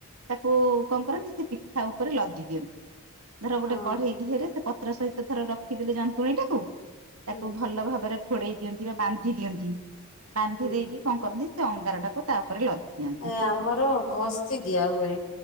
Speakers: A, on the right; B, on the left.
A: ତାକୁ କଣ କରନ୍ତି ସେ ପିଠା ଉପରେ ଲଦି ଦିଅନ୍ତି। ଧର ଗୋଟେ
B: ହଁ
A: କଢେଇ ଧିହରେ ସେ ପତ୍ର ସହିତ ଧର ରଖିଦେଲେ ଯନ୍ତୁଣୀ ଟାକୁ
B: ହୁଁ
A: ତାକୁ ଭଲ ଭାବରେ ଖୋଡେଇ ଦିଅନ୍ତି ବା ବାନ୍ଧି ଦିଅନ୍ତି। ବାନ୍ଧି
B: ହୁଁ
A: ଦେଇକି କଣ କରନ୍ତି ସେ ଅଙ୍ଗାରଟାକୁ ତା ଉପରେ ଲଦି ଦିଅନ୍ତି।
B: ଏ ଆମର ଘସି ଦିଆ ହୁଏ।